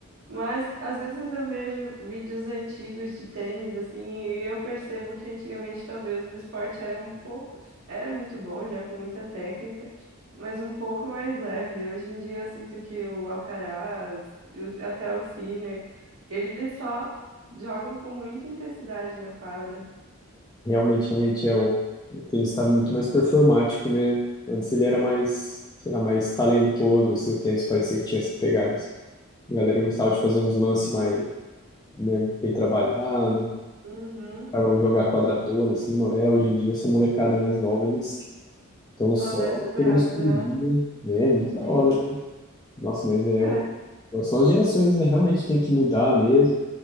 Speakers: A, on the right (about 65°); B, on the left (about 20°).
A: Mas às vezes eu vejo vídeos antigos de tênis, assim, e eu percebo que antigamente talvez o esporte era um pouco, era muito bom, já com muita técnica, mas um pouco mais leve. Hoje em dia eu sinto que o Alcaraz, e os- até o Sinner, eles só jogam com muita intensidade na quadra.
B: Realmente, realmente é o, o tênis está muito mais performático, né? Antes ele era mais, sei lá, mais talentoso, assim, o tênis parecia que tinha essa pegada, assim. A galera gostava de fazer uns lances mais, né, bem trabalhado,
A: Uhum.
B: pra jogar a quadra toda, assim. Mo- É, hoje em dia, essa molecada mais nova, eles estão só
A: Só desce o braço,
B: querendo explodir,
A: né?
B: né? É, muito da
A: Sim,
B: hora, né? Nossa, mas é,
A: é,
B: o- são as gerações, né? Realmente tem que mudar mesmo.